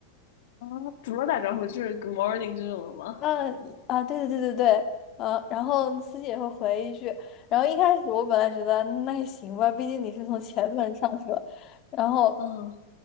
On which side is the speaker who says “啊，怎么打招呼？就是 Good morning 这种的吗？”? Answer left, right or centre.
Left